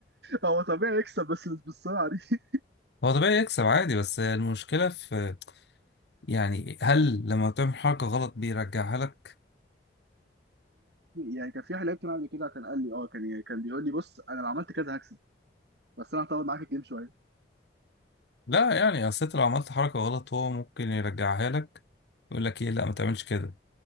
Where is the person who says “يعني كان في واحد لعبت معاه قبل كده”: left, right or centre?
Right